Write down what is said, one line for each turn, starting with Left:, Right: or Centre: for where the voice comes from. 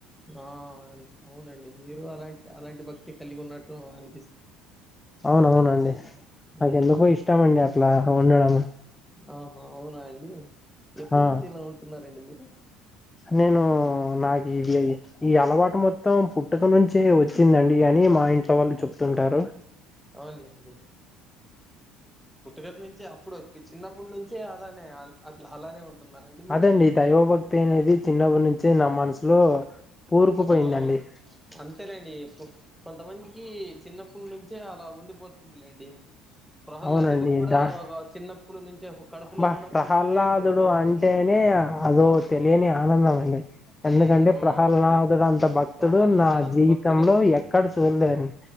Centre: ఆ అవునండి మీరు అలాంటి అలాంటి భక్తి కలిగి ఉన్నట్టు అన్
Left: అవునవునండి నాకెందుకో
Centre: మ్మ్
Left: ఇష్టమండి అట్లా ఉండడం
Centre: ఆహా అవునా అండి ఎప్పుడు
Left: ఆ
Centre: నుంచి ఇలా ఉంటున్నారండి మీరు
Left: నేను నా <unintelligible> ఈ అలవాటు మొత్ త్తం పుట్టుక నుంచే వచ్చిందన్ డి అని మా ఇంట్లో వాళ్ళు చెప్ తుంటారు
Centre: అవునులేండి పుట్టుకతి నుంచి అప్పుడు చిన్నప్పుటి నుంచి అలానే అట్లా అలానే ఉంటున్నారండి మీరు
Left: అదండి దైవభక్తి అనేది చిన్నప్పడి నుంచి నా మనసులో కూరుకుపోయిందండి
Centre: అవునవును అంతేలేండి కొంతమందికి చిన్నప్పటి నుంచే అలా ఉండిపోతుందిలేండి ప్రహ్లాదుడికి
Left: అవునండి
Centre: కూడా
Left: దాష్
Centre: ఒక చిన్నప్పుడు నుంచే కడుపులో
Left: బా
Centre: ఉన్నప్పటి
Left: ప్రహల్లాదుడు
Centre: నుంచే భక్తి ఉంది
Left: అంటేనే అదో తెలియని ఆనందం అండి ఎందుకంటే
Centre: మ్మ్ అవునవునండి
Left: ప్రహ్లానాదుడుంత భక్తుడు
Centre: ప్రహ్లాదుడు
Left: నా
Centre: అంత
Left: జీవితంలో
Centre: భక్తుడు
Left: ఎక్కడ ఇ లేడి